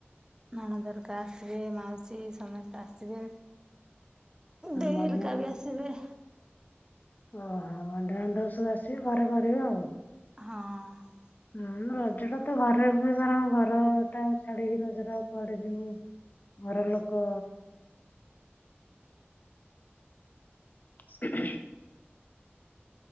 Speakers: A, on the right; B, on the left.
A: ନାଣନ୍ଦଏହରିକା ଆସିବେ ମାଉସୀ ସମସ୍ତେ ଆସିବେ ଦେଇ
B: ବନ୍ଧୁ
A: ହେରିକା ବି ଆସିବେ
B: ଓହୋ ବନ୍ଧୁ ବାନ୍ଧବ ସବୁ ଆସିବେ ଘରେ କରିବ।
A: ହଁ।
B: ହଁ ରଜ ଟା ତ ଘରେ ହୁଏ କାରଣ ଘର ଟା ଛାଡିକି ରଜରେଆଉ କୁଆଡେ ଯିବୁ।
A: ହ <unintelligible>
B: ଘର ଲୋକ ସେ <inaudible>